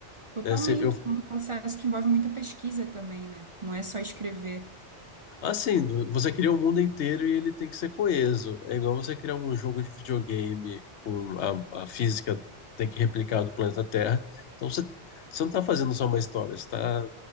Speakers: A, on the right; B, on the left.
A: totalmente.
B: né? Se eu,
A: É um processo que envolve muita pesquisa também, né? Não é só escrever.
B: assim, do- você cria o mundo inteiro e ele tem que ser coeso. É igual você criar um jogo de videogame com a, a física tem que replicar do planeta Terra. Então você, você não está fazendo só uma história, você está